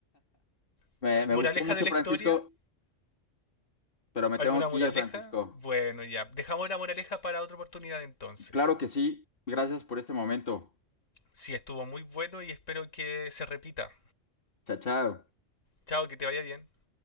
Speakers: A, on the left; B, on the left.
A: <laughs>
B: Me, me
A: ¿Moraleja
B: gustó mucho,
A: de la
B: Francisco,
A: historia?
B: pero me
A: ¿Alguna
B: tengo
A: moraleja?
B: que ir, Francisco.
A: Bueno, ya. Dejamos la moraleja para otra oportunidad entonces.
B: Claro que sí. Gracias por este momento.
A: Sí, estuvo muy bueno y espero que se repita.
B: Chao, chao.
A: Chao, que te vaya bien.